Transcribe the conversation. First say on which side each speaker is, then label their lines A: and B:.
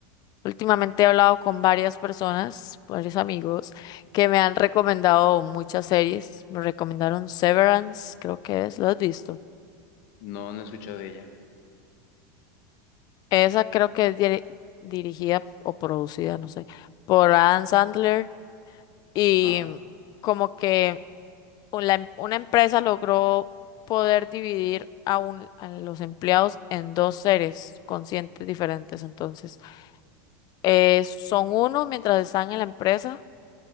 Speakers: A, on the left; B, on the left.
A: últimamente he hablado con varias personas, varios amigos, que me han recomendado muchas series. Me recomendaron Severance, creo que es. ¿Lo has visto?
B: No, no he escuchado de ella.
A: Esa creo que es diri- dirigida o producida, no sé, por Adam Sandler y
B: Ah.
A: como que una em- una empresa logró poder dividir a, un- a los empleados en dos seres conscientes diferentes. Entonces, eh, son uno mientras están en la empresa